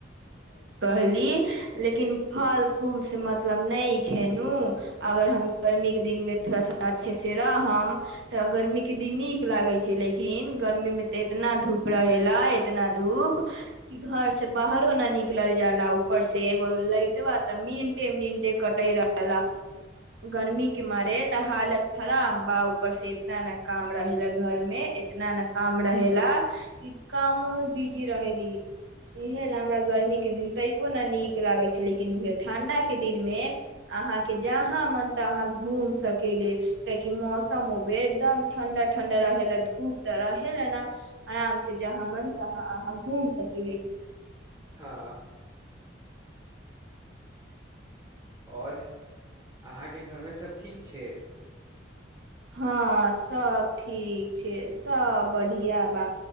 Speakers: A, on the right; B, on the right.
A: ी लेकिन फल फूलसँ मतलब नहि खेलहुँ अगर हम गर्मीके दिनमे थोड़ा सा अच्छे से रहब तऽ गर्मी के दिन नीक लागे छै लेकिन गर्मी में ते एतना धूप रह ला एतना धूप क घर से बाहरो न निकलल जाला ऊपर से एगो लेट बा तऽ मिनटे मिनटे कटे रहला गर्मी के मारे तऽ हालत खराब बा ऊपर से इतना ने काम रहे ला घर में इतना ने काम रहेला कि कामो मे बिजी रह ली इहे लए हमरा गर्मी के दिन तैको न नीक लागे छै लेकिन उहे ठं्डा के दिन मे अहाँके जहाँ मन त अहाँ घूम सकेले काहि मौसम एकदम ठं्डा ठंडा रहे ला धूप तऽ रहे ल ने आराम से जहाँ मन तहा अहाँ घूम सकली
B: हँ आओर अहाँके घरमे सभ ठीक छै
A: हँ सब ठीक छै सब बढ़िआबा